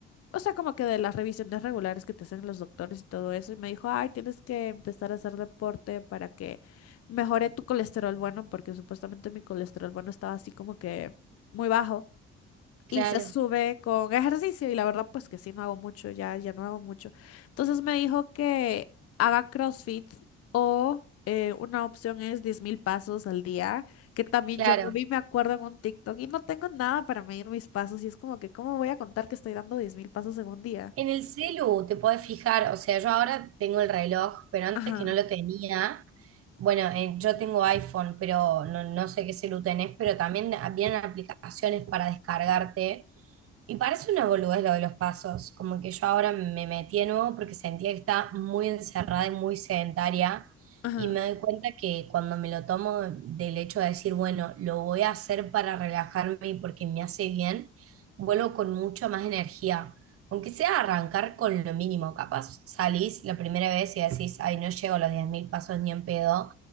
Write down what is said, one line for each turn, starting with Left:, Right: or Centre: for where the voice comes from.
Left: o sea, como que de las revisiones regulares que te hacen los doctores y todo eso. Y me dijo, ay, tienes que empezar a hacer deporte para que mejore tu colesterol bueno, porque supuestamente mi colesterol bueno estaba así como que muy bajo
Right: Claro,
Left: y se sube con ejercicio y la verdad pues que sí, no hago mucho, ya, ya no hago mucho. Entonces me dijo que haga CrossFit o eh, una opción es 10.000 pasos al día, que también
Right: claro.
Left: yo lo vi, me acuerdo en un TikTok y no tengo nada para medir mis pasos y es como que, ¿cómo voy a contar que estoy dando 10.000 pasos en un día?
Right: En el celu te podés fijar, o sea, yo ahora tengo el reloj, pero antes
Left: Ajá,
Right: que no lo tenía. Bueno, eh, yo tengo iPhone, pero no, no sé qué celu tenés, pero también vienen aplicaciones para descargarte Y parece una boludez lo de los pasos, como que yo ahora me metí de nuevo porque sentía que estaba muy encerrada y muy sedentaria
Left: ajá.
Right: y me doy cuenta que cuando me lo tomo del hecho de decir, bueno, lo voy a hacer para relajarme y porque me hace bien, vuelvo con mucha más energía, aunque sea arrancar con lo mínimo, capaz salís la primera vez y decís, ay, no llego a los 10.000 pasos ni en pedo,